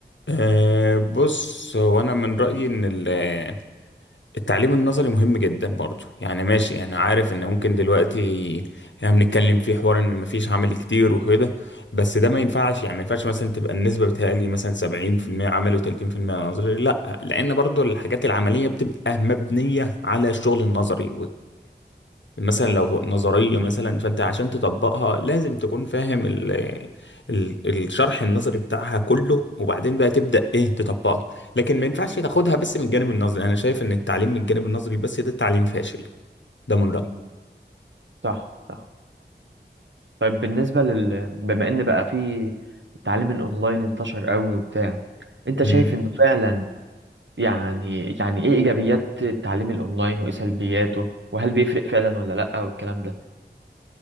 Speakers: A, on the left (about 85°); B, on the right (about 90°).
A: أه بص هو انا من رايي ان ال- التعليم النظري مهم جدا برضو يعني ماشي انا عارف ان ممكن دلوقتي احنا بنتكلم في حوار ان مفيش عمل كتير وكده بس ده ما ينفعش يعني ما ينفعش مثلا تبقى النسبه بتهيألي مثلا 70% عمل و30% نظري لا لان برضو الحاجات العمليه بتبقى مبنيه على الشغل النظري مثلا لو نظرية مثلا فأنت عشان تطبقها لازم تكون فاهم ال ال الشرح النظري بتاعها كله وبعدين بقى تبدأ إيه تطبقها لكن ما ينفعش تاخدها بس من الجانب النظري أنا شايف إن التعليم من الجانب النظري بس ده تعليم فاشل ده من رأيي
B: صح صح طيب بالنسبة لل بما ان بقى في التعليم الاونلاين انتشر قوي وبتاع انت
A: مم.
B: شايف انه فعلا يعني يعني ايه ايجابيات التعليم الاونلاين وايه سلبياته وهل بيفرق فعلا ولا لا والكلام ده